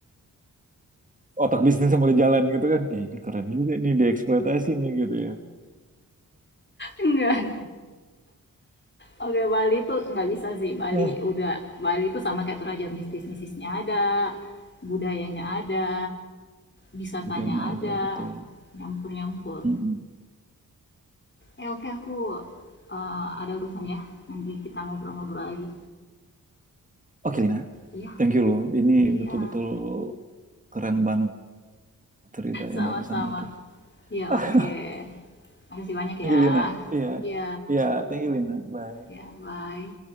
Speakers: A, on the right; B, on the left.
A: Otak bisnis yang mulai jalan gitu kan, eh, ini keren juga nih dieksploitasi nih gitu ya.
B: Enggak, oke Bali tuh nggak bisa sih, Bali
A: Oh,
B: udah Bali tuh sama kayak Toraja mistis-mistisnya ada, budayanya ada, wisatanya
A: budayanya ada
B: ada,
A: betul.
B: nyampur-nyampur.
A: Mm-mm.
B: Eh, oke aku, eee, ada urusan ya, nanti kita ngobrol-ngobrol lagi.
A: Oke Lina,
B: Iya
A: thank you loh. Ini
B: iya,
A: betul-betul keren banget cerita
B: sama-sama.
A: yang barusan itu.
B: Iya,
A: Ah,
B: oke. Makasih banyak
A: Thank
B: ya.
A: you Lina. Iya,
B: ya
A: iya, thank you Lina. Bye.
B: ya bye.